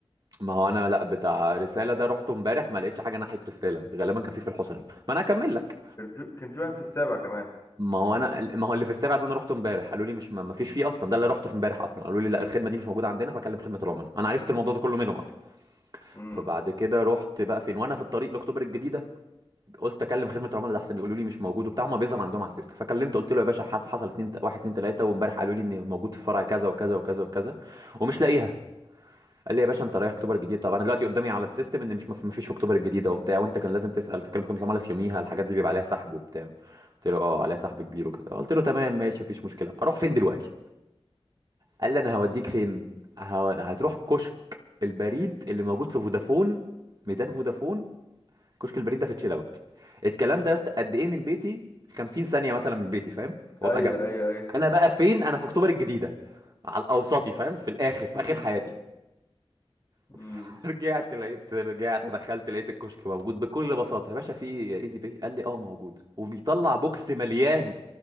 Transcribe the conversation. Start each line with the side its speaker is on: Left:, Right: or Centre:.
Right: ما هو أنا لا بتاع رسالة ده رحته امبارح ما لقيتش حاجة ناحية رسالة غالبا كان في في الحصري ما أنا هكمل لك
Left: كان في كان في واحد في السابع كمان
Right: ما هو أنا ما هو اللي في السابع ده أنا رحته امبارح قالوا لي مش ما ما فيش فيه أصلا ده اللي رحته في امبارح أصلا قالوا لي
Left: امم
Right: لا الخدمة دي مش موجودة عندنا فكلم خدمة العملاء أنا عرفت الموضوع ده كله منهم أصلا
Left: امم
Right: فبعد كده رحت بقى فين وأنا في الطريق لأكتوبر الجديدة قلت أكلم خدمة العملاء ده أحسن يقولوا لي مش موجود وبتاع هما بيظهر عندهم على السيستم فكلمت قلت له يا باشا حصل اتنين واحد اتنين تلاتة وامبارح قالوا لي إن موجود في فرع كذا وكذا وكذا وكذا ومش لاقيها قال لي يا باشا انت رايح اكتوبر الجديد طب انا دلوقتي قدامي على السيستم ان مش مفيش في اكتوبر الجديده وبتاع وانت كان لازم تسال تكلم خدمه العملاء في يوميها الحاجات دي بيبقى عليها سحب وبتاع قلت له اه عليها سحب كبير وكده قلت له تمام ماشي مفيش مشكله اروح فين دلوقتي قال لي انا هوديك فين هو... هتروح كشك البريد اللي موجود في فودافون ميدان فودافون كشك البريد ده في تشيل اوت الكلام ده يا اسطى قد ايه من بيتي 50 ثانيه مثلا من بيتي فاهم وابقى
Left: ايوه
Right: جنبه
Left: ايوه ايوه
Right: انا بقى فين انا في اكتوبر الجديده على الاوسطي فاهم في الاخر
Left: <laughs>
Right: في اخر حياتي
Left: مم.
Right: <laughs> رجعت لقيت رجعت دخلت لقيت الكشك موجود بكل بساطه يا باشا في ايزي باي قال لي اه موجود وبيطلع بوكس مليان